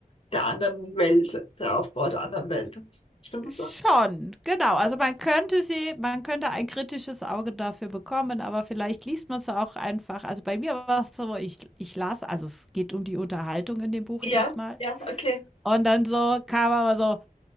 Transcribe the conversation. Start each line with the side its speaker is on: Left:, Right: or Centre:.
Left: der anderen Welt, der Aufbau der anderen Welt. Stimmt das
Centre: Schon,
Left: so?
Centre: genau. Also, man könnte sie man könnte ein kritisches Auge dafür bekommen, aber vielleicht liest man es auch einfach. Also, bei mir war's so, ich ich las also, es geht um die Unterhaltung in dem Buch
Left: Ja,
Centre: erstmal
Left: ja, okay.
Centre: und dann so kam aber so: